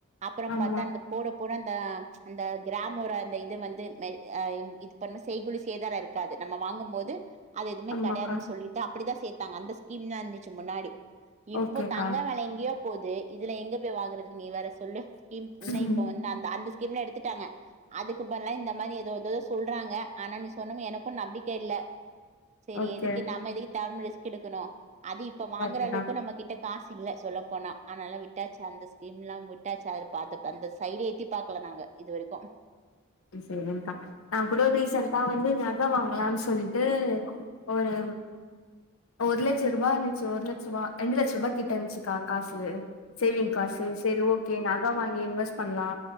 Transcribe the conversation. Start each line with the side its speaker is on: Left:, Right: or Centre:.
Right: அப்புறம்
Left: ஆமா
Right: பார்த்தா அந்த போட போட அந் அ ம்ச் அந்த கிராமோட அந்த இது வந்து கிராம்இது பண்ண செய்குலி செய்தார இருக்காது நம்ம வாங்கும்போது அது எதுமே
Left: ஆமாக்கா
Right: கிடையாதுன்னு சொல்லிட்டு அப்படிதான் சேத்தாங்க அந்த கின்னம் இருந்துச்சி முன்னாடி இப்போ
Left: ஓகேக்கா
Right: தங்க வில எங்கயோ போது இதுல எங்க போய் வாங்கறதுக்கு நீ சொல்லு
Left: ம்
Right: இப்ப வந்து அந்த அந்த டீம்ல எடுத்துட்டாங்க அதுக்கு பற்லா இந்த மாரி எதோ எததோ சொல்றாங்க ஆனா நீ சொன்ன எனக்கு நம்பிக்க இல்ல சரி
Left: ஓகே
Right: எதுக்கு நம்ம எதுக்கு தேவ இல்லாம ரிஸ்க் எடுக்கணும் அது இப்ப வாங்கற
Left: கரெக்ட்
Right: அளவுக்கு
Left: தா
Right: நம்ப கிட்ட காசு இல்ல சொல்ல போனா ஆனால விட்டாச்சு அந்த ஸ்கிம் லாம் விட்டாச்சு அத அந்த சைட எட்டி பாக்கல நாங்க இது வரைக்கு
Left: சரி்ங்கா நான் கூட ரீசன்ட்டா வந்து நகை வாங்கலாம்னு சொல்லிட்டு ஒரு ஒரு லட்சம் ரூபா இருந்துச்சு ஒரு லட்சம் ரூபா ரெண்டு லட்சம் ரூபாய கிட்ட இருந்துச்சுக்கா காசு சேவிங் காசு சரி ஓக்கே நான் அதான் வாங்கி இன்வெஸ்ட் பண்ணலா